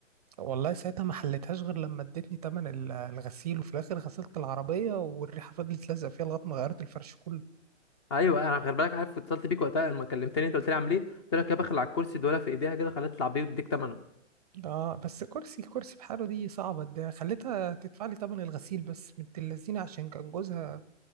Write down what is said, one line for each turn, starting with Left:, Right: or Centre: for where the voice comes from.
Right: والله ساعتها ما حليتهاش غير لما ادتني تمن ال- الغسيل وفي الاخر غسلت العربية والريحة فضلت لازقة فيها لغاية ما غيرت الفرش كله
Left: ايوه انا غير بالك عارف اتصلت بيك وقتها لما كلمتني انت قلت لي اعمل ايه قلت لك يا بخل على الكرسي دولة في ايديها كده خليها تطلع بيه وتديك ثمنه
Right: اه بس كرسي كرسي بحاله دي صعبة ده خليتها تدفع لي تمن الغسيل بس بنت اللذينة عشان كان جوزها